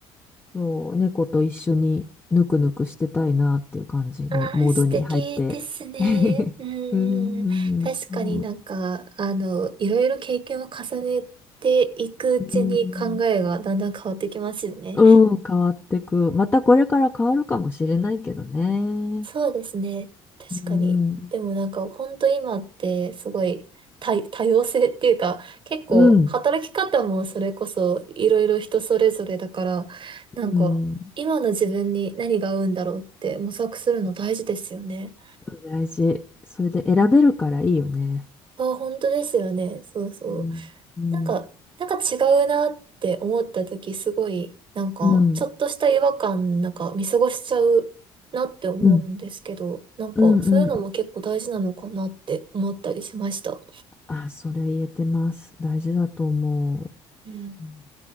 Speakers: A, on the left (about 15°); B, on the right (about 45°).
A: そう、猫と一緒にぬくぬくしてたいなっていう感じのモードに入って。
B: ああ、素敵ですね。
A: <laughs>
B: うんうんうん。
A: うん、
B: 確かになんか、
A: うんそう。
B: あの、いろいろ経験を重ねていくうちに考えがだんだん変わってきますよね。
A: うんうん、変わってく。またこれから変わるかもしれないけどね。
B: そうですね。確かに。
A: うん、
B: でもなんか本当今ってすごい多、多様性っていうか結構働き方もそれこそいろいろ人それぞれだからなんか今の自分に何が合うんだろうって模索するの大事ですよね。
A: うん、うん、大事。それで選べるからいいよね。
B: あ本当ですよね。そうそう。
A: うん、うん、
B: なんか、なんか違うなって思った時すごい、なんか、
A: うん、
B: ちょっとした違和感、なんか見過ごしちゃうなって思うんですけど、
A: うん、うん、
B: なんか、
A: うん。うん
B: そういうのも結構大事なのかなって思ったりしました。
A: あ、それ言えてます。大事だと思う。
B: うん
A: うん